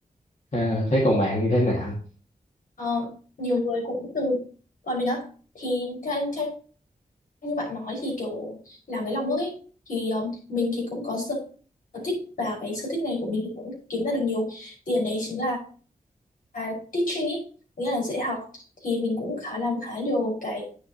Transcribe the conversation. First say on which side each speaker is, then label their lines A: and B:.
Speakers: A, on the left; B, on the left.
A: Ờ, thế còn bạn như thế nào
B: Ờ, nhiều người cũng từ còn mình á thì theo, theo như bạn nói thì kiểu làm với lòng nước ấy thì ờ, mình thì cũng có sở sở thích và cái sở thích này của mình thì cũng kiếm ra được nhiều tiền đấy chính là à, teaching ý nghĩa là dạy học thì mình cũng khá làm khá nhiều cái